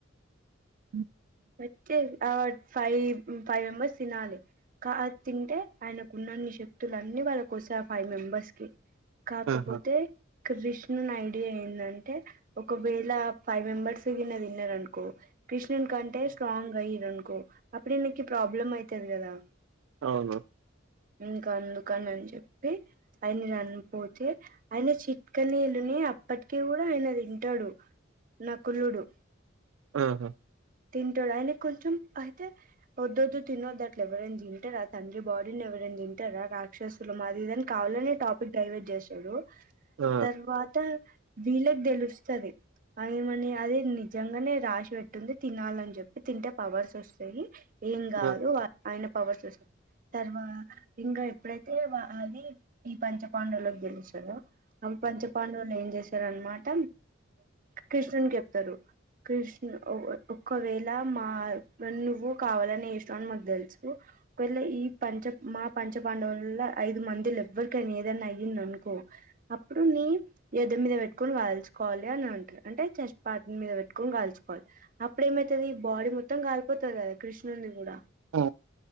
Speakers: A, on the right (about 75°); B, on the right (about 45°).
A: హ
B: మే ఆ ఫైవ్ ఫైవ్ మెంబెర్స్ తినాలి కా తింటే ఆయనకు ఉన్నన్ని శక్తులు అన్నిీ వాళ్ళకి వస్తాయి ఆ ఫైవ్ మెంబెర్స్ కి కాకపోతే
A: ఆహా
B: కృష్ణున్ ఐడియా ఏందంటే ఒకవేళ ఫైవ్ మెంబర్స్ విన్న తిన్నారు అనుకో కృష్ణ ట స్ట్లాంగ్ రై అనుకో అప్పుడే నాకి ప్రాబ్లం అవుతది కదా
A: అవును
B: ఇంకా అందుకని అని చెప్పి ఆయన చనిపోతే ఆయన చిట్టుకనా వెలిని అప్పటిక కూడా ఆయన తింటాడు న కులుడు
A: ఆహా
B: తింటాడు ఆయన కొంచెం అయితే వద్దుొద్దు తినొద్ద అట్లు ఎవరైనా తింటారా తండ్రి బాడీని ఎవరైనా తింటారా రాక్షసులు మాదినికి కావాలని టాపిక్డైవేట్ చేస్తారు చ
A: ఆ
B: తర్వాతా వీళ్ళకి తెలుస్తుంది అమని అది నిజంగానే రాసి పెట్టుంది తినాల అని చెప్పి తింటే పవర్స్ వస్తాయి ఏం కాదు
A: ఆ
B: ఆయన పవర్స్ వస తర్వా ఇంకా ఎప్పుడైతే అది ఈ పంచ పాండవు లోకి గెలుచందో అ పంచ పాండవులు ఏం చేస్తారు అనమాట కృష్ణుడు చెప్తారు కృష్ణ ఒకవేళ మా నువ్వు కావాలనే ఇష్టం అని మాకు తెలుసు ఒకవేళ ఈ పంచ మా పంచ పాండవులో ఐదు మందిలు ఎవ్వరికైనా ఏదనా అయ్యింది అనుకో అప్పుడు నీ ఎద్ద మీద పెట్టుకొని వాల్చుకోవాలి అని అంటారు అంటే చస్పాటి మీద పెట్టుకొని కాల్చుకోవాలి అప్పుడేమైతుది ఈ బాడీ మొత్తం కలిపోతుంది కదా కృష్ణుని కూడా
A: ఆ